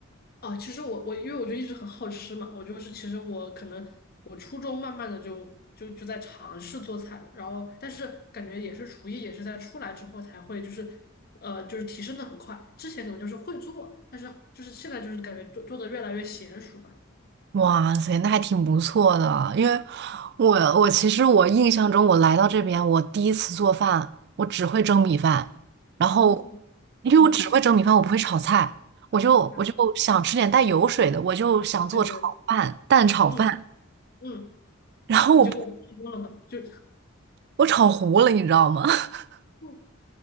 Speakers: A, on the left; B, on the right.
A: 哦、其实我我因为我就一直很好吃嘛，我就是其实我可能我初中慢慢的就就就在尝试做菜了，然后但是感觉也是厨艺也是在出来之后才会就是呃就是提升的很快，之前可能就是会做，但是就是现在就是感觉做做的越来越娴熟吧。
B: 哇塞，那还挺不错的。因为我我其实我印象中，我来到这边，我第一次做饭，我只会蒸米饭，然后
A: 哦，
B: 因为我只会蒸米饭，
A: 嗯。
B: 我不会炒菜，我就我就想吃点带油水的，
A: 啊，
B: 我就想做炒饭，
A: 对对，
B: 蛋炒饭，
A: 嗯嗯，
B: 然后我
A: 你就给我提供了嘛，就，
B: 我炒糊了，你知道吗？<laughs>
A: 嗯